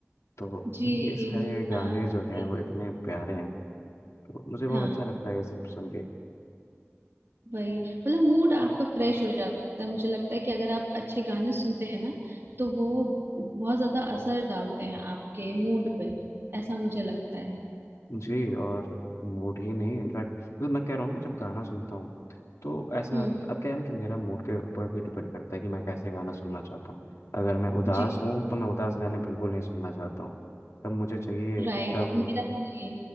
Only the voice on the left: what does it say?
तो
ये सारे
गाने
जो हैं वो इतने प्यारे हैं तो मुझे बहुत
अच्छा लगता है ये सब सुन के
जी और मूड ही नहीं इनफैक्ट मतलब मैं कह रहा हूँ ना जब गाना सुनता हूँ तो ऐसा
अब क्या है ना कि मेरा मूड के ऊपर भी डिपेंड करता है कि मैं कैसे गाना सुनना चाहता हूँ अगर मैं उदास
हूँ तो मैं उदास गाने बिल्कुल नहीं सुनना चाहता हूँ तब मुझे चाहिए एकदम